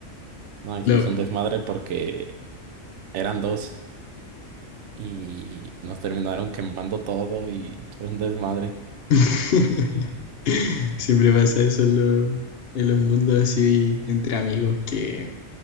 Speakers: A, on the right (about 70°); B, on the left (about 55°).
A: No,
B: Lo...
A: y se hizo un desmadre porque eran dos y nos terminaron quemando todo y fue un desmadre.
B: <laughs> Siempre pasa eso en, lo- en los mundos así entre amigos que